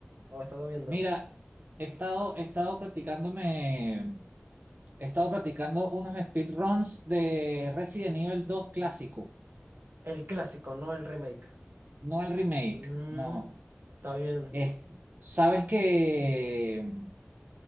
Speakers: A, on the right; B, on the right.
A: ¿O has estado viendo?
B: Mira, he estado, he estado practicándome, he estado practicando unos speedruns de Resident Evil dos clásico,
A: El clásico, no el remake.
B: no el remake,
A: Mm,
B: no.
A: está bien.
B: Es- Sabes que